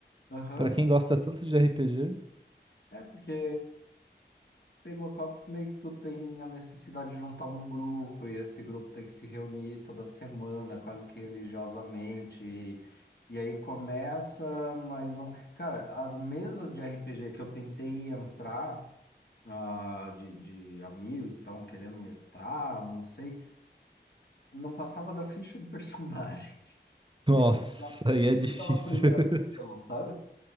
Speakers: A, on the left (about 65°); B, on the right (about 25°).
A: Aham,
B: Pra quem gosta tanto de RPG?
A: É porque tabletop meio que tu tem a necessidade de juntar um grupo e esse grupo tem que se reunir toda semana, quase que religiosamente. E, e aí começa mais um. Cara, as mesas de RPG que eu tentei entrar, ah, de, de amigos que estavam querendo mestrar, não sei, Não passava da ficha do personagem. <laughs>
B: Nossa,
A: Tem que pegar-
B: aí é
A: tem
B: difícil.
A: que dar primeira
B: <laughs>
A: sessão, sabe?